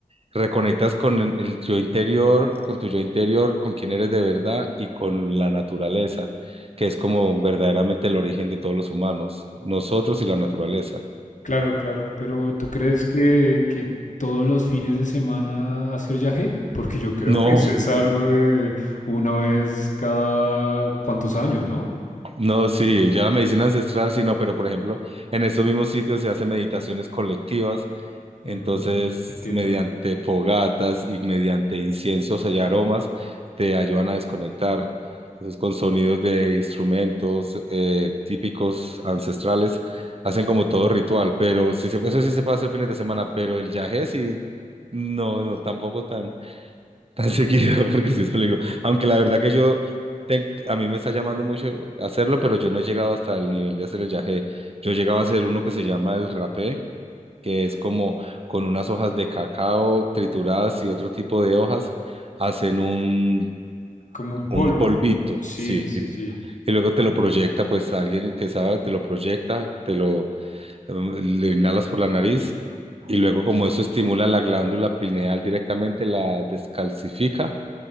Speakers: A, on the right; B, on the left.
A: reconectas con el, el yo interior, con tu yo interior, con quién eres de verdad y con la naturaleza, que es como verdaderamente el origen de todos los humanos, nosotros y la naturaleza.
B: Claro, claro. Pero ¿tú crees que, que todos los fines de semana hacer yagé? Porque yo creo
A: No,
B: que eso es algo de una vez cada cuantos años, ¿no?
A: No, sí, ya la medicina ancestral, sí, no, pero por ejemplo, en estos mismos sitios se hacen meditaciones colectivas, entonces
B: Ujú, Entiendo.
A: mediante fogatas y mediante inciensos y aromas te ayudan a desconectar. Entonces con sonidos de instrumentos eh, típicos ancestrales hacen como todo ritual, pero sí se, eso sí se puede hacer fines de semana, pero el yagé sí, no, no, tampoco tan seguido, <laughs> porque sí es película. Aunque la verdad que yo, te- a mí me está llamando mucho hacerlo, pero yo no he llegado hasta el nivel de hacer el yagé. Yo he llegado a hacer uno que se llama el rapé, que es como con unas hojas de cacao trituradas y otro tipo de hojas, hacen un,
B: Como un polvo.
A: un polvito,
B: Sí,
A: sí.
B: sí,
A: Y,
B: sí.
A: y luego te lo proyecta, pues alguien que sabe, te lo proyecta, te lo, lo inhalas por la nariz. Y luego, como eso estimula la glándula pineal directamente, la descalcifica,